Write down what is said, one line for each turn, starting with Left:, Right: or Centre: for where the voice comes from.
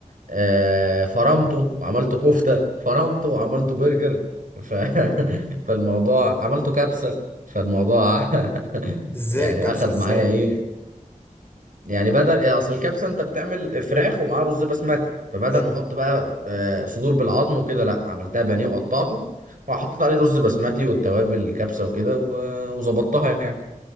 Right: آه، فرمته وعملته كفتة فرمته وعملته برجر ف... <laughs> فالموضوع عملته كبسة فالموضوع <laughs>
Left: ازاي
Right: يعني
Left: الكبسه
Right: اخد
Left: ازاي
Right: معايا ايه يعني بدل يعني اصل الكبسه انت بتعمل فراخ ومعاه رز بسمتي فبدل
Left: حلو
Right: ما احط بقى آه، صدور بالعظم وكده لا عملتها بانيه وقطعته وحطيت عليه رز بسمتي والتوابل الكبسه وكده و- وظبطتها يعني